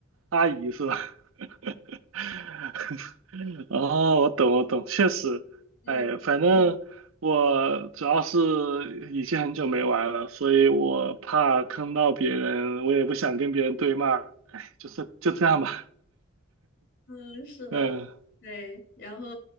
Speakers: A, on the right; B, on the left.
A: 阿姨是吧？<laughs> 哦，我懂，我懂，确实，
B: 嗯。
A: 哎，反嗯正我主要是已经很久没玩了，所以我怕坑到别人，我也不想跟别人对骂，哎，就是就这样吧，
B: 嗯，是的，
A: 嗯，
B: 对。然后